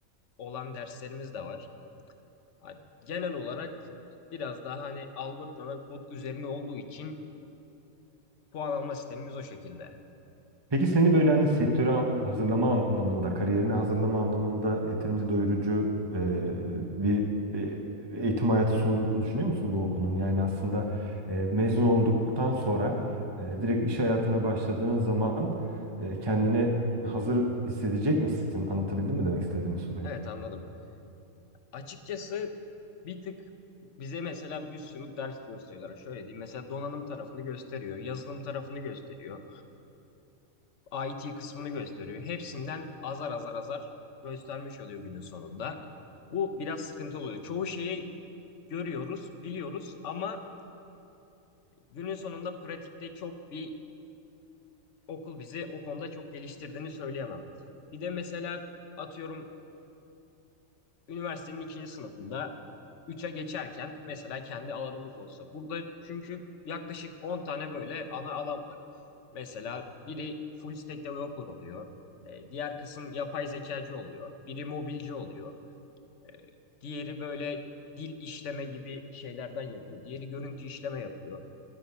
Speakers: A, on the left; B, on the right.
A: olan derslerimiz de var. Ha, Genel olarak biraz daha hani algoritma ve kod üzerine olduğu için puan alma sistemimiz o şekilde.
B: Peki seni böyle hani sektöre an- hazırlama anlamında, kariyerine hazırlama anlamında yeterince doyurucu e, bir e, eğitim hayatı sunduğunu düşünüyor musun bu okulun? Yani aslında e, mezun olduktan sonra e, direkt iş hayatına başladığın zaman e, kendini hazır hissedecek misin? Anlatabildim mi demek istediğimi sorayım.
A: Evet anladım. Açıkçası bir tık bize mesela bir sürü ders gösteriyorlar. Şöyle diyeyim. Mesela donanım tarafını gösteriyor, yazılım tarafını gösteriyor, IT kısmını gösteriyor. Hepsinden azar azar azar göstermiş oluyor günün sonunda. Bu biraz sıkıntı oluyor. Çoğu şeyi görüyoruz, biliyoruz ama günün sonunda pratikte çok bir okul bizi o konuda çok geliştirdiğini söyleyemem. Bir de mesela atıyorum üniversitenin ikinci sınıfında 3'e geçerken mesela kendi alanımız olsa. Burada çünkü yaklaşık 10 tane böyle ana alan var. Mesela biri full stack developer oluyor. E, diğer kısım yapay zekacı oluyor. Biri mobilci oluyor. E, diğeri böyle dil işleme gibi şeylerden yapıyor. Diğeri görüntü işleme yapıyor.